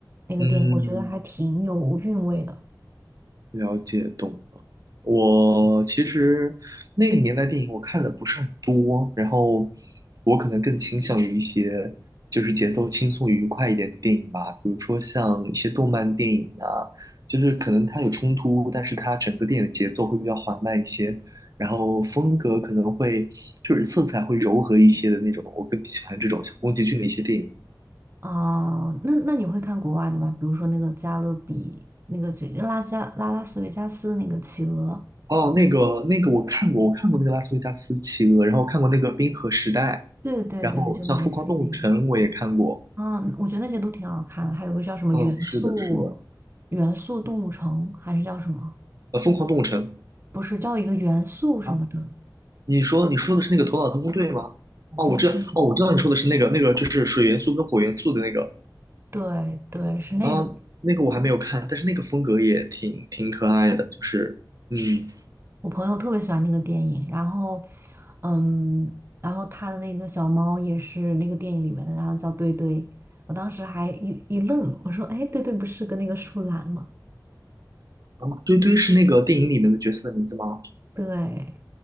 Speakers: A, on the right (about 30°); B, on the right (about 50°).
A: 那个电影，
B: 嗯，
A: 我觉得还挺有韵味的。
B: 了解懂了。我其实那个年代电影我看的不是很多，然后我可能更倾向于一些就是节奏轻松愉快一点的电影吧，比如说像一些动漫电影啊，就是可能它有冲突，但是它整个电影的节奏会比较缓慢一些，然后风格可能会就是色彩会柔和一些的那种，我更喜欢这种像宫崎骏的一些电影。
A: 啊、那那你会看国外的吗？比如说那个《加勒比》，那个就拉加拉拉斯维加斯那个企鹅，
B: 哦，那个那个我看过，我看过那个《拉斯维加斯企鹅》，然后看过那个《冰河时代》。
A: 对对对，
B: 然后像《疯狂动物城》我也看过，
A: 就类似于那种。啊，我觉得那些都挺好看的，还有个叫什么元素
B: 嗯，是的，是的，
A: 元素动物城，还是叫什么？
B: 呃，《疯狂动物城》
A: 不是叫一个元素什么的，
B: 啊，你说你说的是那个《头脑特工队》吗？哦，
A: 不是，
B: 我知道，哦，我知道你说的是那个那个就是水元素跟火元素的那个，
A: 对对，是那种。
B: 啊，那个我还没有看，但是那个风格也挺挺可爱的，就是嗯，
A: 我朋友特别喜欢那个电影，然后，嗯，然后他的那个小猫也是那个电影里面的，然后叫堆堆。我当时还一一愣，我说：“哎，堆堆不是跟那个树懒吗？”
B: 啊，堆堆是那个电影里面的角色的名字吗？
A: 对，